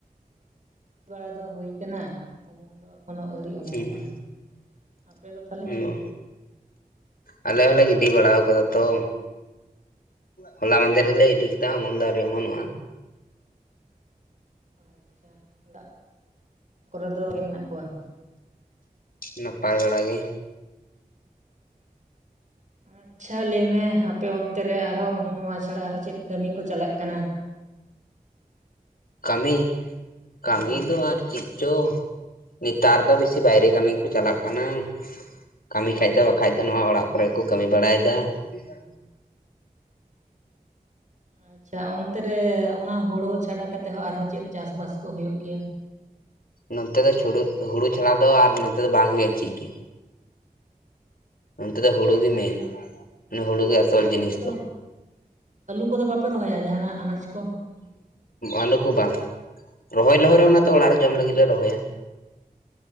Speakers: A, on the right (about 55°); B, on the left (about 70°).
A: ᱵᱟᱲᱟ ᱫᱚ ᱦᱩᱭ ᱠᱟᱱᱟ ᱚᱢᱚᱱ ᱫᱚ ᱮᱠᱷᱚᱱᱳ ᱟᱹᱣᱨᱤ ᱚᱢᱚᱱᱚᱜᱼᱟ
B: ᱦᱮᱸ
A: ᱟᱯᱮ ᱫᱚ ᱛᱟᱦᱚᱞᱮ
B: ᱚ ᱟᱞᱮ ᱦᱚᱸᱞᱮ ᱜᱤᱰᱤ ᱵᱟᱲᱟ ᱟᱠᱟᱫᱟ ᱛᱚ ᱦᱚᱞᱟ ᱢᱸᱫᱷᱮᱨ ᱨᱮᱜᱞᱮ ᱤᱫᱤ ᱠᱮᱫᱟ ᱚᱢᱚᱱ ᱫᱚ ᱟᱩᱨᱤ ᱚᱢᱚᱱᱚᱜᱼᱟ
A: ᱟᱪᱪᱷᱟ ᱚᱲᱟᱜ ᱠᱚᱨᱮ ᱫᱚ ᱢᱮᱱᱟᱜ ᱠᱚᱣᱟ?
B: ᱱᱟᱯᱟᱭ ᱵᱟᱲᱟ ᱜᱮ
A: ᱟᱪᱪᱷᱟ ᱞᱟᱹᱭᱢᱮ ᱟᱯᱮ ᱚᱱᱛᱮ ᱨᱮ ᱟᱨᱦᱚᱸ ᱱᱚᱣᱟ ᱪᱷᱟᱲᱟ ᱟᱨᱚ ᱪᱮᱫ ᱠᱟᱹᱢᱤ ᱠᱚ ᱪᱟᱞᱟᱜ ᱠᱟᱱᱟ?
B: ᱠᱟᱹᱢᱤ ᱠᱟᱹᱢᱤ
A: ᱦᱩᱸ
B: ᱫᱚ ᱟᱨ ᱪᱮᱫ ᱪᱚ ᱱᱮᱛᱟᱨ ᱫᱚ ᱵᱮᱥᱤ ᱵᱟᱭᱨᱮ ᱠᱟᱹᱢᱤ ᱠᱚ ᱪᱟᱞᱟᱜ ᱠᱟᱱᱟ ᱠᱟᱹᱢᱤ ᱠᱷᱟᱡ ᱫᱚ ᱵᱟᱠᱷᱟᱡ ᱫᱚ ᱱᱚᱣᱟ ᱚᱲᱟᱜ ᱠᱚᱨᱮ ᱠᱚ ᱠᱟᱹᱢᱤ ᱵᱟᱲᱟᱭᱮᱫᱟ <unintelligible>
A: ᱟᱪᱪᱷᱟ ᱚᱱᱛᱮ ᱨᱮ ᱚᱱᱟ ᱦᱚᱲᱚ ᱪᱷᱟᱰᱟ ᱠᱟᱛᱮᱫ ᱦᱚᱸ ᱟᱨᱦᱚᱸ ᱪᱮᱫ ᱪᱟᱥᱵᱟᱥ ᱠᱚ ᱦᱩᱭᱩᱜ ᱜᱮᱭᱟ?
B: ᱱᱚᱛᱮ ᱫᱚ ᱦᱩᱲᱩ ᱪᱷᱟᱲᱟ ᱫᱚ ᱟᱨ ᱱᱚᱛᱮ ᱫᱚ ᱵᱟᱝ ᱦᱳᱭᱳᱜ-ᱟ ᱪᱮᱫ ᱜᱮ᱾ ᱚᱱᱛᱮ ᱫᱚ ᱦᱩᱲᱩᱤ ᱜᱮ ᱢᱮᱱ ᱦᱩᱲᱩ ᱜᱮ
A: ᱟᱫᱚ
B: ᱟᱥᱚᱞ
A: ᱟᱹᱞᱩ
B: ᱡᱤᱱᱤᱥ
A: ᱠᱚᱫᱚ
B: ᱫᱚ
A: ᱟᱹᱞᱩ ᱠᱚᱫᱚ ᱵᱟᱯᱮ ᱨᱚᱦᱚᱭᱟ ᱡᱟᱦᱟᱱᱟᱜ ᱟᱱᱟᱡᱽ ᱠᱚ?
B: ᱟᱞᱚ ᱠᱚ ᱵᱟᱝ ᱨᱚᱦᱚᱭ ᱞᱮᱦᱚᱨᱮ ᱚᱱᱟ ᱫᱚ ᱚᱲᱟᱜ ᱨᱮ ᱡᱚᱢ ᱞᱟᱹᱜᱤᱫ ᱞᱮ ᱨᱚᱦᱚᱭᱟ